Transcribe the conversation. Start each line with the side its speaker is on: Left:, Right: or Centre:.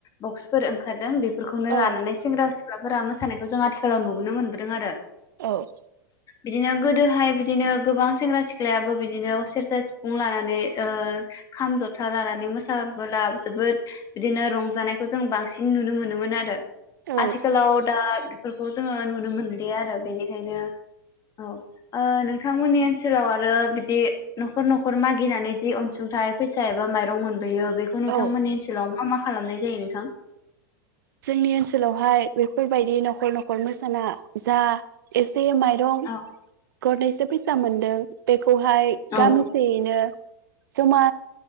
Left: बक्सफोर ओंखारदों बे खौनो लानानै
Right: औ
Left: सेंग्रा सिख सिख्लाफोरा मोसानायखौ जों आथिखालाव नुबोनो मोनबोदों आरो।
Right: औ
Left: बिदिनो गोदोहाय बिदिनो गोबां सेंग्रा सिख्लायाबो बिदिनो सेरजा सिफुं लानानै ओ खाम जथा लानानै मोसाबोला जोबोद बिदिनो रंजानायखौ जों बांसिन नुनो मोनोमोन आरो
Right: औ
Left: आथिखालाव दा बेफोरखौ जोङो नुनो मोनलिया आरो बेनिखायनो औ ओ नोंथांमोननि ओनसोलाव आरो बिदि न'खर न'खर मागिनानै जि अन सुंथाय फैसा एबा माइरं मोनबोयो बेखौ नोंथांमोननि
Right: औ
Left: ओनसोलाव मा मा खालामनाय जायो नोंथां?
Right: जोंनि ओनसोलावहाय बेफोरबायदि न'खर न'खर मोसाना जा एस से माइरं
Left: औ
Right: गरनैसो फैसा मोनदों बे खौहाय
Left: औ
Right: गामिसेयैनो जमा